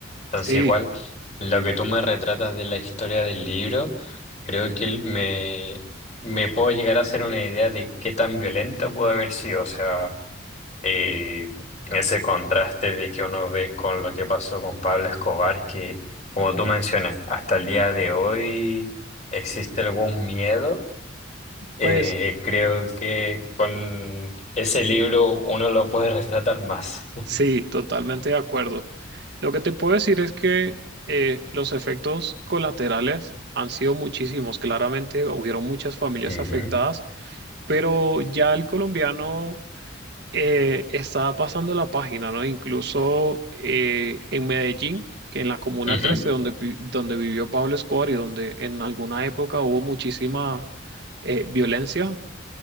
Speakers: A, on the left (about 35°); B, on the right (about 55°).
A: Entonces,
B: sí,
A: igual, lo que tú me retratas de la historia del libro, creo que me, me puedo llegar a hacer una idea de qué tan violenta pudo haber sido. O sea, y ese contraste de que uno ve con lo que pasó con Pablo Escobar, que como tú mencionas, hasta el día de hoy existe algún miedo. Eh,
B: pues...
A: creo que con ese libro uno lo puede retratar más.
B: Sí, totalmente de acuerdo. Lo que te puedo decir es que eh, los efectos colaterales han sido muchísimos. Claramente hubieron muchas familias
A: Ujú.
B: afectadas, pero ya el colombiano eh, está pasando la página, ¿no? Incluso eh, en Medellín, que en la Comuna
A: Ujú.
B: Trece, donde, vi- donde vivió Pablo Escobar y donde en alguna época hubo muchísima eh, violencia,